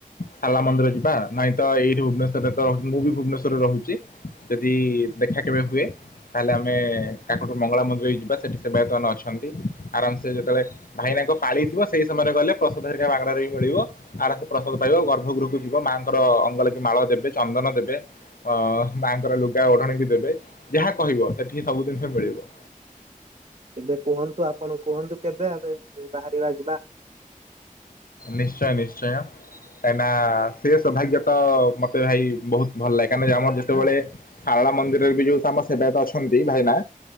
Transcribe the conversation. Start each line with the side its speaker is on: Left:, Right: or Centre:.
Left: ଶରଳା ମନ୍ଦିର ଯିବା ନାଇଁ ତ ଏଇଠୁ ଭୁବନେଶ୍ୱରରେ ତ ରହୁଛି ମୁଁ ବି ଭୁବନେଶ୍ୱରରେ ରହୁଛି। ଯଦି ଦେଖା କେବେ ହୁଏ ତାହେଲେ ଆମେ କାକଟୁ ମଙ୍ଗଳା ମନ୍ଦିର ହେଇ ଯିବା ସେଠି ସେବାୟତ ମାନେ ଅଛନ୍ତି ଆରାମ୍ ସେ ଯେତେବେଳେ ଭାଇନାଙ୍କ ପାଳି ଥିବ ସେଇ ସମୟରେ ଗଲେ ପ୍ରସାଦ ହରିକା ମାଗଣା ରେ ବି ମିଳିବ। ଆଳତୀ ପ୍ରସାଦ ପାଇବ ଗର୍ଭଗୁରୁକୁ ଯିବ ମାଆଙ୍କର ଅଙ୍ଗ ଲାଗି ମାଳ ଦେବେ ଚନ୍ଦନ ଦେବେ। ଅ ମାଙ୍କର ଲୁଗା ଓଢଣି ବି ଦେବେ ଯାହା କହିବ ସେଠିକି ସବୁ ଜିନିଷ ମିଳିବ।
Right: କେବେ କୁହନ୍ତୁ ଆପଣ କୁହନ୍ତୁ କେବେ ଆମେ ବାହାରିବା ଯିବା।
Left: ନିଶ୍ଚୟ ନିଶ୍ଚୟ। କାହିଁନା ସେ ସୌଭାଗ୍ୟ ତ ମତେ ଭାଇ ବହୁତ ଭଲ ଲାଗେ କାଇଁକିନା ଆମର ଯେତେବେଳେ ସାରଳା ମନ୍ଦିରରେ ବି ଯୋଉ ତମ ସେବାୟତ ଅଛନ୍ତି ଭାଇନା